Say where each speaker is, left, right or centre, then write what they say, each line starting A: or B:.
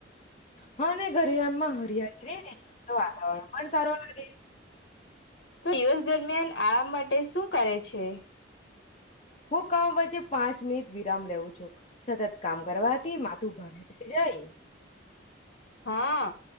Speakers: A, on the left (about 35°); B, on the left (about 65°).
A: હ ને ઘરિરામાં હરિયાારી રે ને તો વાતાવરણ પણ સારું લાગે.
B: તો દિવસ દરમિયાન આરામ માટે શું કરે છે?
A: હું કઉ વચ્ચે પાંચ મિનિટ વિરામ લેવું છું સતત કામ કરવાથી માથું ભારે જાય.
B: હા